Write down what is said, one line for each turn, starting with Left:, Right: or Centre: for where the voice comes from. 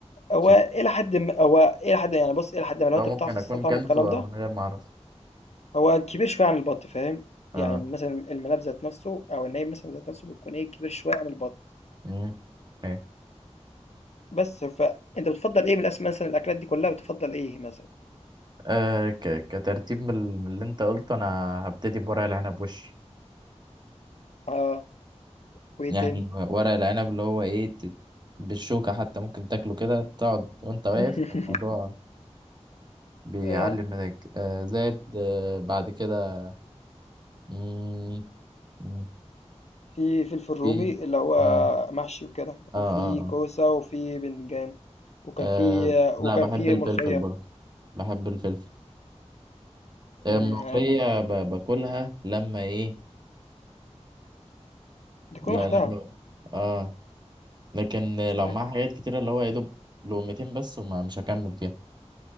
Left: هو
Right: عشان
Left: إلى حدٍ ما هو إلى حدٍ يعني بُص إلى حدٍ ما لو
Right: هو
Left: أنت
Right: ممكن
Left: بتعرف تستطعمه
Right: اكون كلته
Left: والكلام ده،
Right: من غير ما اعرف
Left: هو كبير شوية عن البَط فاهم،
Right: اه
Left: يعني مثلًا المناب ذات نفسه أو النايم مثلًا ذات نفسه بيكون إيه كبير شوية عن البَط.
Right: مم. أوكي.
Left: بس فأنت بتفضّل إيه من الأس مثلًا الأكلات دي كلّها بتفضّل إيه مثلًا؟
Right: أه ك... كترتيب من ال- من اللي انت قلته انا هبتدي بورق العنب وش
Left: آه، وإيه
Right: يعني
Left: تاني؟
Right: ورق العنب اللي هو ايه ت- بالشوكة حتى ممكن تاكله كده تقعد وانت
Left: <laughs>
Right: واقف الموضوع بيعلي
Left: آه،
Right: مزاجك أه زائد أه بعد كده مم، مم،
Left: في فلفل رومي
Right: في
Left: اللي هو
Right: اه
Left: محشي وكده،
Right: اه
Left: وفي
Right: اه, آه.
Left: كوسة، وفي بتنجان، وكان
Right: آه
Left: في وكان
Right: لا بحب
Left: في
Right: الفلفل
Left: ملوخية،
Right: برضه بحب الفلفل آه،
Left: إمم،
Right: الملوخية ب- باكلها لما ايه
Left: دي كل
Right: لا
Left: واحدة
Right: لما اه لكن
Left: صحيح،
Right: لو معاه حاجات كتيرة اللي هو يا دوب لقمتين بس وما مش هكمل فيها